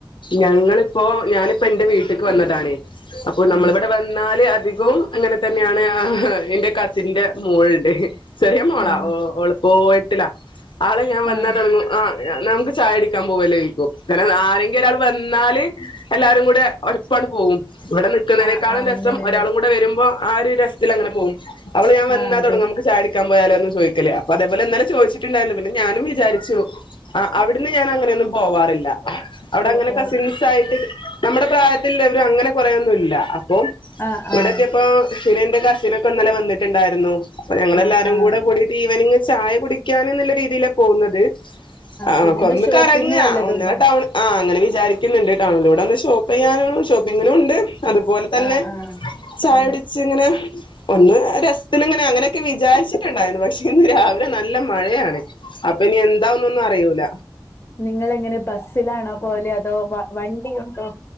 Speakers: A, on the left; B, on the left.
A: ഞങ്ങളിപ്പോ ഞാനിപ്പോ എന്റെ വീട്ട്ക്ക് വന്നതാണ് അപ്പൊ
B: ആഹ്
A: നമ്മളിവിടെ വന്ന് ന്നാല് അധികവും അങ്ങനെ തന്നെയാണ് എന്റെ കസിന്റെ മോള്ണ്ട് ചെറിയ മോളാ,
B: ആഹ്
A: ഓ ഓളിപ്പൊ എട്ടില ആള് ഞാൻ വന്ന
B: ആഹ്
A: തൊടങ്ങു ആഹ് നമക്ക് ചായുടിക്കാൻ പോവല്ലോയ്ക്കും താണ് ആരെങ്കി ങ്കി ഒരാള് വന്നാല് എല്ലാരും കൂടെ ഒര്പ്പാണ് പോവും ഇവിടെ നിക്കുന്നതിനേക്കാളും
B: ആഹ് ആഹ്
A: രസം
B: അങ്ങനെല്ലേ
A: ഒരാളും കൂടെ വരുമ്പോ ആ ഒരു രസത്തിങ്ങനെ പോവും അവള് ഞാൻവന്നാ
B: ആഹ് അതെ
A: തൊടങ്ങു നമക്ക് ചായു ക്കാൻ പോയാലോന്ന് ചോയിക്കല് അതേപോലെന്നലെ ചോദിച്ചിട്ടുണ്ടായിരുന്നു പിന്നെ ഞാനും വിചാരിച്ചു ആ അവിട്ന്ന് ഞാൻ അങ്ങനെയൊന്നും പോവാറില്ല അവടെങ്ങനെ
B: ഓഹ് ഓഹ്
A: കസിൻസ് ആയിട്ട് നമ്മുടെ പ്രായത്തില്ലവരും അങ്ങനെ കൊറേന്നുല്ല അപ്പൊ
B: ആഹ് ആഹ്
A: വടെത്തിയപ്പോ ഇക്കുറി എന്റെ കസിനൊക്കെ ഇന്നലെ വന്നിട്ടുണ്ടായിരുന്നു പ്പ ഞങ്ങളെല്ലാരും
B: ആഹ് ആഹ്
A: കൂടെ കൂടീട്ട് ഈവനിങ് ചായ കുടിക്കാൻ എന്നുള്ള രീതിയിലാ പോകുന്നത് ആഹ്
B: പിന്നെന്താ
A: ഓക്കൊ ഒന്ന്
B: ഷോപ്പിംഗ്
A: കറങ്ങാ
B: വല്ലതുണ്ടോ?
A: ഒന്ന് ആ ടൗൺ ആ അങ്ങനെ വിചാരിക്കുന്ന്ണ്ട് ടൗണിലൂടെന്ന് ഷോപ്പെയ്യാനും ഷോപ്പിങ്ങിനും ഉണ്ട് അതുപോൽതന്നെ
B: ആഹ് ആഹ്
A: ചായട്ച്ച്ങ്ങനെ
B: ആഹ്
A: ഒന്ന് രസ്ത്തിലിങ്ങനെ അങ്ങനെക്കെവിചാരിച്ചിട്ടുണ്ടായിരുന്നു പക്ഷേ ഇന്ന് രാവിലെ നല്ലമഴയാണ് അപ്പനി എന്താവുന്നൊന്നും അറിയൂല
B: നിങ്ങളെങ്ങെനെ ബസ്സിലാണോ പോവല് അതോ വ വണ്ടിയുണ്ടോ